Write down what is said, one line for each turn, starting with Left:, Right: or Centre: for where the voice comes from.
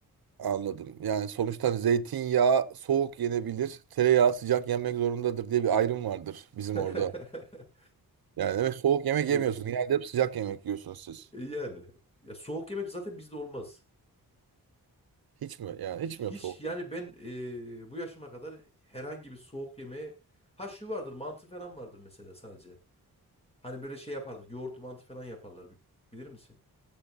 Right: Anladım. Yani sonuçta hani zeytinyağı soğuk yenebilir, tereyağı sıcak yenmek zorundadır diye bir ayrım vardır
Left: <laughs>
Right: bizim orada. Yani evet soğuk yemek
Left: Evet.
Right: yemiyorsunuz. Genelde hep sıcak yemek yiyorsunuz siz.
Left: E yani ya soğuk yemek zaten bizde olmaz.
Right: Hiç mi? Yani
Left: Hiç
Right: hiç mi yok soğuk?
Left: yani
Right: yemek?
Left: ben e, bu yaşıma kadar herhangi bir soğuk yemeğe ha şu vardır mantı falan vardır mesela sadece. Hani böyle şey yapardık yoğurtlu mantı falan yaparlar Bi- bilir misin?